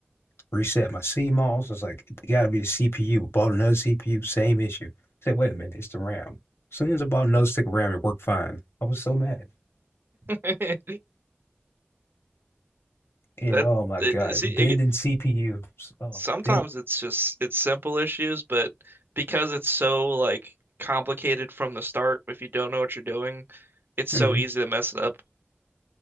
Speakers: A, on the left (about 80°); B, on the right (about 55°).
A: reset my CMOS. It's like, it gotta be the CPU. Bought another CPU, same issue. I said, wait a minute, it's the RAM. As soon as I bought another stick of RAM, it worked fine. I was so mad.
B: <laughs>
A: And
B: That
A: oh my
B: it,
A: God,
B: see it,
A: bending CPU. Oh,
B: sometimes
A: bend.
B: it's just it's simple issues, but because it's so like complicated from the start, if you don't know what you're doing, it's
A: hmm
B: so easy to mess it up.